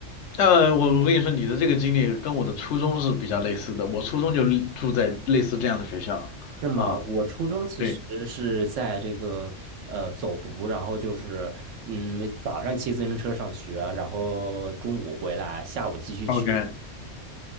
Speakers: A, on the left; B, on the right.
A: 呃，我我跟你说，你的这个经历跟我的初中是比较类似的。我初中就住在类似这样的学校啊，
B: 那么我初中其实是在这个呃走读，
A: 对
B: 然后就是嗯早上骑自行车上学，然后中午回来，下午继续去。
A: ，OK，